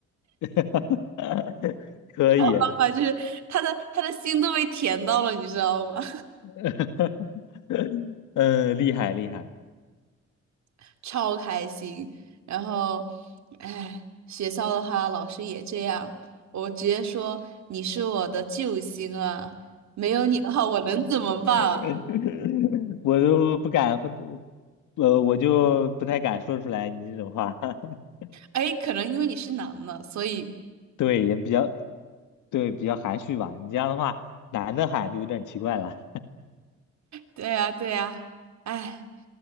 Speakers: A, on the left; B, on the right.
A: <laughs> 可以啊。
B: 方法就是他的他的心都被甜到了，你知道吗？
A: <laughs> <laughs> 嗯，厉害厉害，
B: <laughs> 超开心。然后，哎，学校的话，老师也这样，我直接说你是我的救星啊，没有你的话，我能怎么办啊？
A: <laughs> 我都不敢，呃，我就不太敢说出来你这种话，<laughs>
B: 哎，可能因为你是男的，所以
A: 对，也比较对，比较含蓄吧。你这样的话，男的喊就有点奇怪了。
B: 对呀，对呀。哎，